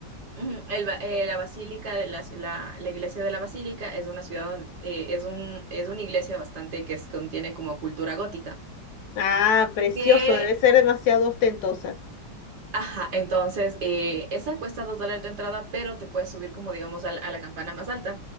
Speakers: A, on the right; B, on the left.
A: ujú, el ba- eh, la Basílica de las- la, la iglesia de la Basílica es una ciudad, donde, eh, es un, es una iglesia bastante que es- contiene como cultura gótica.
B: Ah, precioso,
A: Que,
B: debe ser demasiado ostentosa.
A: ajá, entonces, eh, esa cuesta dos dólares de entrada, pero te puedes subir como, digamos, a, la a la campana más alta,